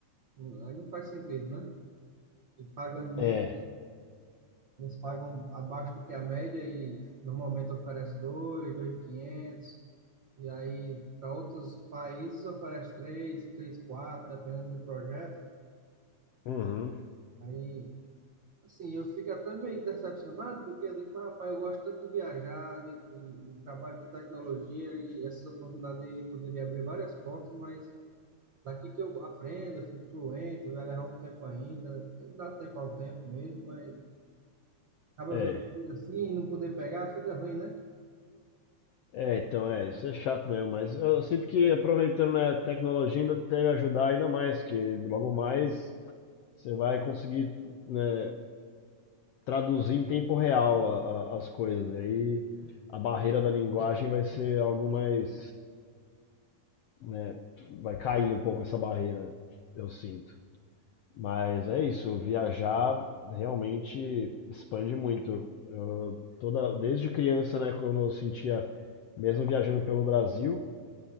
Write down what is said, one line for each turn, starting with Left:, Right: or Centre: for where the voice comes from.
Right: Hum, Aí não faz sentido, né? E pagando menos,
Left: É,
Right: eles pagam abaixo do que a média e normalmente oferece dois, dois mil e quinhentos. E aí, para outros países, oferece três, três, quatro, dependendo do projeto.
Left: uhum,
Right: Aí Assim, eu fico até meio decepcionado, porque eu digo, mas, rapaz, eu gosto tanto de viajar, de, de- de trabalho com tecnologia, e essas oportunidades aí poderia abrir várias portas, mas daqui que eu aprenda, fico fluente, vai levar um tempo ainda, tem que dar tempo ao tempo mesmo, mas acaba
Left: é.
Right: vendo assim, e não poder pegar, fica ruim, né?
Left: É, então é, isso é chato mesmo, mas eu sinto que aproveitando né, a tecnologia ainda deve ajudar ainda mais, que logo mais você vai conseguir, né, traduzir em tempo real a- a- as coisas. Aí a barreira da linguagem vai ser algo mais, né, vai cair um pouco essa barreira, eu sinto. Mas é isso, viajar realmente expande muito. Eu, toda, desde criança, né, quando eu sentia, mesmo viajando pelo Brasil,